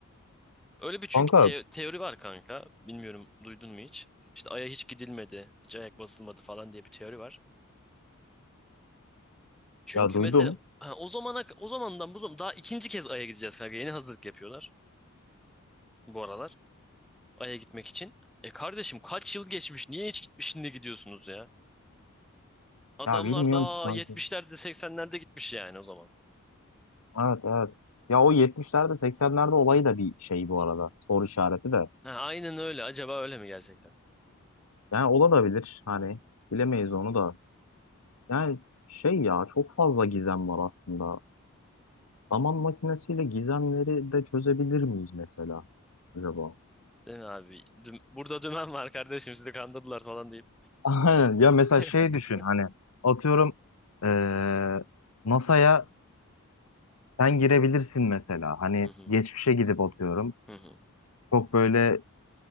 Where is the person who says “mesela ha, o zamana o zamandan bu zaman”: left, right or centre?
Centre